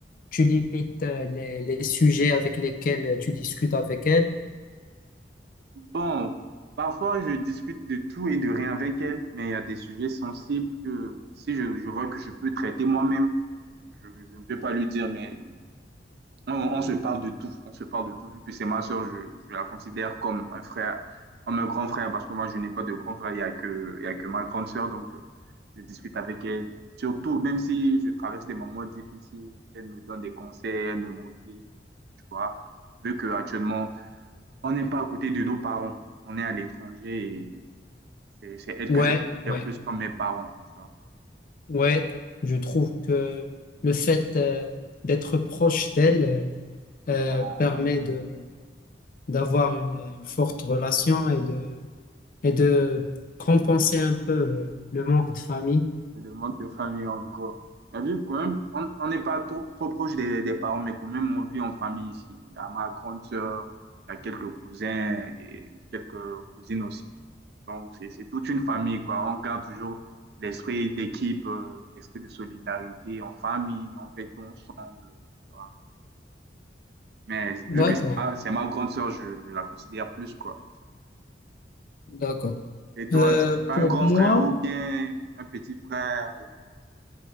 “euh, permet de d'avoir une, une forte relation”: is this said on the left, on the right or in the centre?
Left